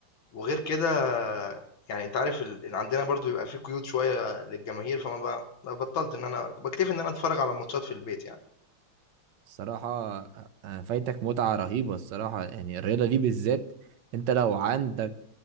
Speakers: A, on the left; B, on the right.
A: وغير كده يعني انت عارف ال... عندنا برضو بيبقى فيه قيود شوية للجماهير فما بقى بطلت ان انا بكتفي ان انا اتفرج على الماتشات في البيت يعني
B: الصراحة آه، آه، فايتك متعة رهيبة الصراحة يعني الرياضة دي بالذات انت لو عندك